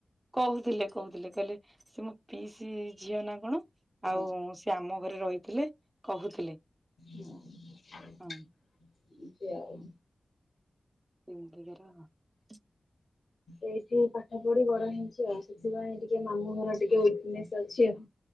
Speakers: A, on the right; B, on the left.
A: କହୁଥିଲେ କହୁଥିଲେ କହିଲେ, ସେ ମୋ ପିଇସି ଝିଅ ନା କଣ?
B: ହଁ
A: ଆଉ ସିଏ ଆମ ଘରେ ରହିଥିଲେ କହୁଥିଲେ।
B: <inaudible> ଏମତି
A: ହଁ
B: ଆଉ।
A: <unintelligible>
B: ଏଇଠି ପାଠ ପଢି ବଡ ହେଇଁଛି ଆଉ। ସେଥିପାଇଁ ଟିକେ ମାମୁଁ ଘର ଟିକେ ୱିକନେସ ଅଛି ଆଉ।